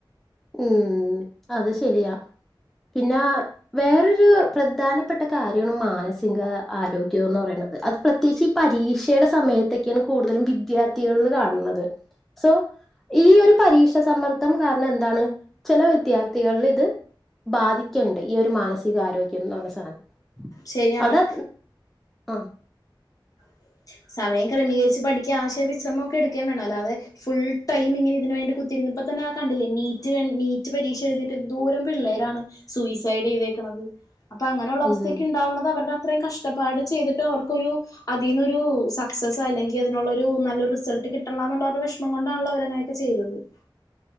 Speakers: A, in the centre; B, on the left (about 40°).
A: ഉം അത് ശരിയാ പിന്നെ വേറൊരു പ്രധാനം പെട്ട കാര്യ മാന ആരോഗ്യം എന്ന് പറയുന്നത് അത് പ്രത്യേകിച്ച് ഈ പരീക്ഷയുടെ സമയത്തൊക്കെയാണ് കൂടുതലും വിദ്യാർത്ഥികൾ കാണ്ണത് സോ ഈ ഒരു പരീക്ഷ സമ്മർദ്ദം കാരണം എന്താണ് ചില വിദ്യാർത്ഥികളിൽ ഇത് ബാധിക്കണ്ട് ഈ ഒരു മാനസികാരോഗ്യംന്ന് പറഞ്ഞ സാധനം
B: ശരിയാണ്
A: അവിടെ ആ ഹ്
B: <inaudible> സമയം ക്രമീകരിച്ചു പഠിക്ക ആശയ വിശ്രമൊക്കെ എടുക്കേം വേണം അല്ലാതെ ഫുൾടൈം ഇങ്ങനെ ഇതിനേണ്ടി കുത്തിയിരുന്ന് ഇപ്പത ങന കണ്ടില്ലേ നീറ്റ് നീറ്റ് പരീക്ഷ എഴുതിട്ട് ന്തോരം പിള്ളേരാണ് സൂയിസൈഡ് ചെയ്തേക്കണന്നത് അപ്പൊ അങ്ങനെയുള്ള അവസ്ഥയൊക്കെ
A: ഉം
B: ഉണ്ടാവുന്നത് അവരുടെ അത്രയും കഷ്ടപ്പാട് ചെയ്തിട്ടും അവർക്കൊരു അ അതിന്നൊരു സക്സ് അല്ലെങ്കിൽ, അതിനുള്ളൊരു നല്ലരു റിസൾട്ട് കിട്ടണല്ല്യ ന്നുള്ളരു വിഷമം കൊണ്ടാണല്ലോ അവരങ്ങനോക്കെ ചെയതത് മ്